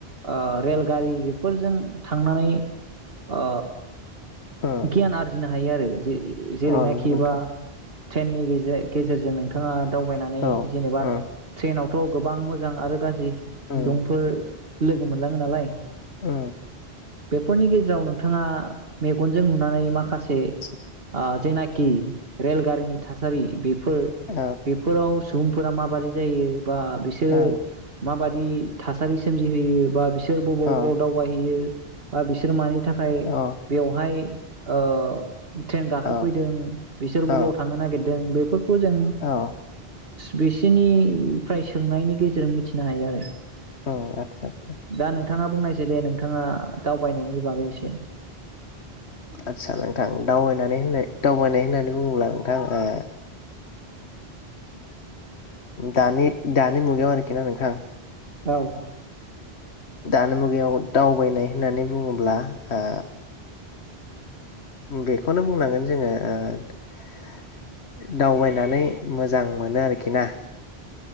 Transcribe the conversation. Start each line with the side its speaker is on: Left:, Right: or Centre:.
Right: ओ रेलगारि बेफोरजों थांनानै ओ
Left: उम
Right: गियान आरजिना हायो आरो जे जेरि
Left: औ
Right: ना
Left: नंगौ
Right: खिबा
Left: नोंथां
Right: ट्रेननि गेजे-गेजेरजों नोंथाङा दावबायनानै
Left: औ
Right: जेनेबा
Left: उम
Right: ट्रेनाव ट' गोबां मोजां आरो गाज्रि
Left: उम
Right: सुबुंफोर लोगो मोनलाङो नालाय
Left: ओ
Right: बेफोरनि गेजेराव नोंथाङा गनजों नुनानै माखासे
Left: आदसा
Right: जेनाखि रेलगारिनि थासारि फोर
Left: औ
Right: बेफोराव सुबुंफोरा माबोरै जायो बा बिसोरो
Left: औ
Right: माबादि दि थासारि सोमजि होयो बा बिसोर बिसोर बबाव
Left: औ
Right: बबाव दावबायहैयो बा बिसोरो मानि नि थाखाय
Left: औ
Right: फ्राय ओ ट्रेन गाखोफैदों
Left: औ
Right: बिसोर
Left: औ
Right: बबाव थांनो नागिरदों बे खौ जों
Left: औ
Right: बिसोरनिफ्राय सोंनायनि गेजेरजों मिथिनो हायो आरो
Left: ओ आतसा-आतसा
Right: दा नोंथाङा बुंनायसै दे नोंथाङा दावबायनायनि बागै एसे।
Left: आदसा नोंथां दावबायनानै होननाय दावबायनाय होननानै बुङोब्ला नोंथां ओ दानि दानि मुगायाव आरोखि ना नोंथां
Right: औ।
Left: दानि मुगायाव दावबायनाय होननानै बुङोब्ला ओ बेखौनो बुंनांगोन जोङो ओ दावबायनानै मोजां मोनो आरोखि ना